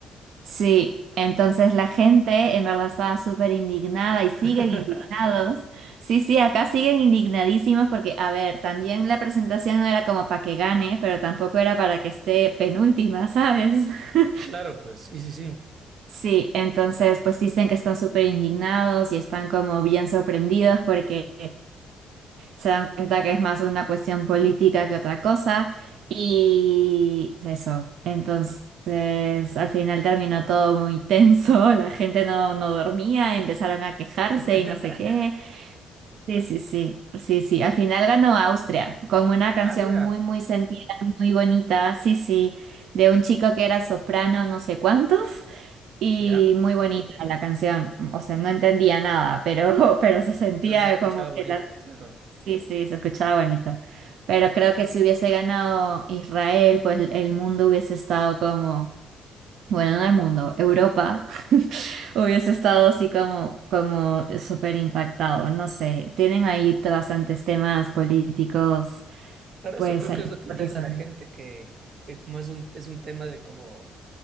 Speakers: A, on the right; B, on the right.
A: Sí, entonces la gente en verdad estaba súper indignada
B: <laughs>
A: y siguen indignados. Sí, sí, acá siguen indignadísimos porque, a ver, también la presentación no era como para que gane, pero tampoco era para que esté penúltima, ¿sabes? <laughs>
B: Claro, pues, sí, sí, sí.
A: Sí, entonces pues dicen que están súper indignados y están como bien sorprendidos porque se dan cuenta que es más una cuestión política que otra cosa y eso. Entonces, al final terminó todo muy tenso, <laughs> la gente no, no dormía, empezaron a quejarse
B: <laughs>
A: y no sé qué. Sí, sí, sí, sí, sí. Al final ganó Austria con una canción
B: Ah, mira,
A: muy, muy sentida, muy bonita, sí, sí, de un chico que era soprano, no sé cuántos, y
B: ya,
A: muy bonita la canción. O sea, no entendía nada, pero, <laughs> pero se sentía
B: pero se escuchaba
A: como
B: bonito,
A: que la
B: claro.
A: Sí, sí, se escuchaba bonito. Pero creo que si hubiese ganado Israel, pues el mundo hubiese estado como, bueno, no el mundo, Europa <laughs> hubiese estado así como, como súper impactado. No sé, tienen ahí bastantes temas políticos,
B: Claro,
A: pues
B: eso creo
A: ahí
B: que es lo que
A: por
B: indigna
A: resolver.
B: a la gente, que, que como es un, es un tema de como